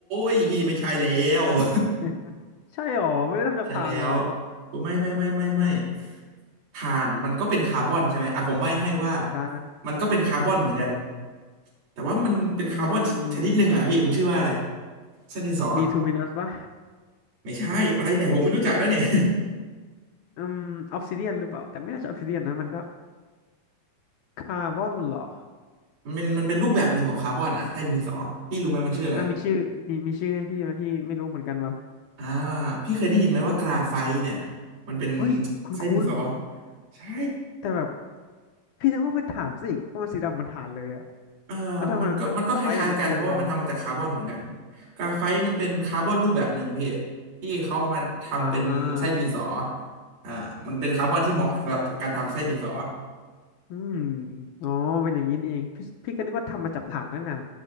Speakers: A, on the right; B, on the left.
A: ยพี่ไม่ใช่แล้ว <laughs>
B: <laughs> ใช่หรอไม่ได้ทำจากถ่านเหรอ
A: ใช่แล้ว ไม่ไม่ไม่ไม่ไม่ถ่านมันก็เป็นคาร์บอนใช่ไหมอ่ะผมใบ้ให้ว่า
B: ใช่
A: มันก็เป็นคาร์บอนเหมือนกันแต่ว่ามันเป็นคาร์บอนชนิดหนึ่งอ่ะพี่มันชื่อว่าอะไร
B: อืม
A: เส้นดินสอ
B: บีทูมินัสป่ะ
A: ไม่ใช่อะไรเนี่ยผมไม่รู้จักแล้วเนี่ย
B: อืมออฟซิเดียนหรือเปล่าแต่ไม่น่าจะออฟซิเดียนนะมันก็คาร์บอนเหรอ
A: <laughs> มันเป็นมันเป็นรูปแบบหนึ่งของคาร์บอนอ่ะใต้ดินสอพี่รู้ไหมมันชื่ออะไร
B: อ่ะมีชื่อมีมีชื่อให้พี่ไหมพี่ไม่รู้เหมือนกันว่ะ
A: อ่าพี่เคยได้ยินไหมว่ากราไฟต์เนี่ยมันเป็น
B: เฮ้ยคุ้น
A: ไส้ดินสอใช่
B: ๆแต่แบบพี่นึกว่าเป็นถ่านซะอีกเพราะมันสีดำเหมือนถ่านเลยอะ
A: เอ่อมันก็มันก็คล้ายๆกันเพราะว่ามันทำมาจากคาร์บอนเหมือนกัน
B: แล้วทำไมเออไปเนี่ยมันคืออะไร
A: กราไฟต์มันเป็นคาร์บอนรูปแบบหนึ่งพี่ที่เขาเอามาทำเป็นไส้ดินสอ
B: อ่า
A: อ่ามันเป็นคาร์บอนที่เหมาะสำหรับการทำไส้ดินสอ
B: อืมอ๋อเป็นอย่างนี้นี่เองพี่พี่ก็นึกว่าทำมาจากถ่านตั้งนาน